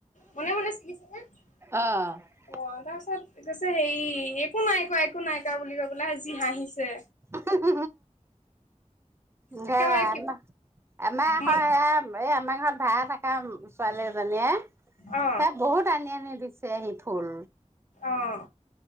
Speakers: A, on the left; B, on the right.
A: মনে মনে ছিঙি ছিকেন। অহ,
B: অ'।
A: তাৰপিছত কৈছে হেৰি, একো নাই কোৱা, একো নাই- পিতিকা বুলি কৈ যি হাঁহিছে।
B: অ হ‌‌ হ‌‌ হ।
A: একেবাৰে
B: <unintelligible>
A: কি
B: আমাৰ আক সে
A: মন
B: এই আমাৰ ঘৰত ভাৰা থকা ছোৱালী এজনীয়ে-
A: অ
B: <unintelligible> বহুত আনি- নি দিছে আহি ফুল।
A: অহ